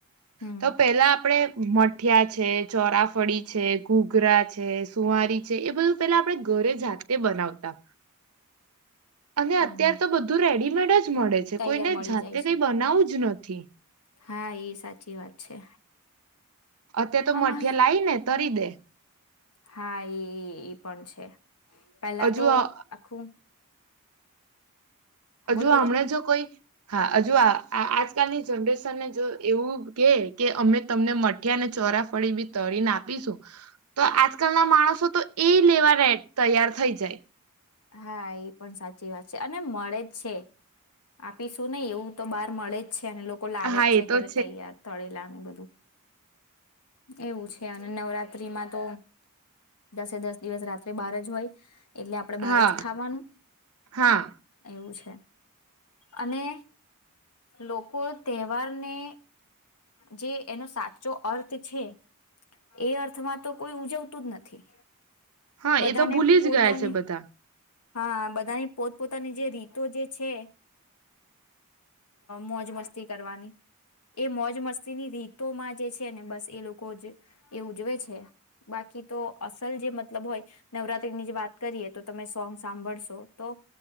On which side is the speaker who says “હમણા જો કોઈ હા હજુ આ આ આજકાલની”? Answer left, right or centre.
Right